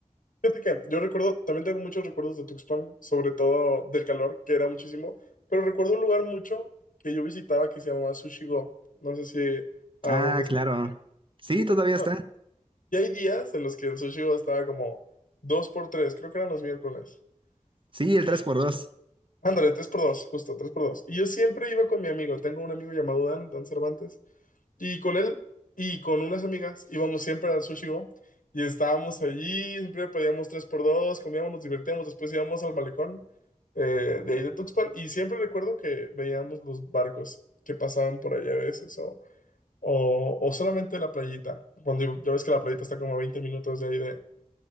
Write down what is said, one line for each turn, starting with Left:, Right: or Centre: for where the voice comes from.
Left: Fíjate que yo recuerdo, también tengo muchos recuerdos de Tuxpan, sobre todo del calor, que era muchísimo, pero recuerdo un lugar mucho que yo visitaba que se llamaba Sushigo. No sé si aún
Right: Ah,
Left: está.
Right: claro.
Left: allá.
Right: Sí, todavía
Left: No,
Right: está.
Left: Y hay días en los que el sushi estaba como 2 por tres creo que eran los miércoles.
Right: Sí, el
Left: Y
Right: tres por dos
Left: ándale, 3 por dos justo, 3 por dos Y yo siempre iba con mi amigo, tengo un amigo llamado Dan, Dan Cervantes, y con él y con unas amigas íbamos siempre al sushi Go, y estábamos allí, siempre pedíamos 3 por dos comíamos, nos divertíamos, después íbamos al malecón eh, de ahí de Tuxpan y siempre recuerdo que veíamos los barcos que pasaban por allá a veces o, o, o solamente la playita, cuando ya ves que la playita está como a 20 minutos de ahí de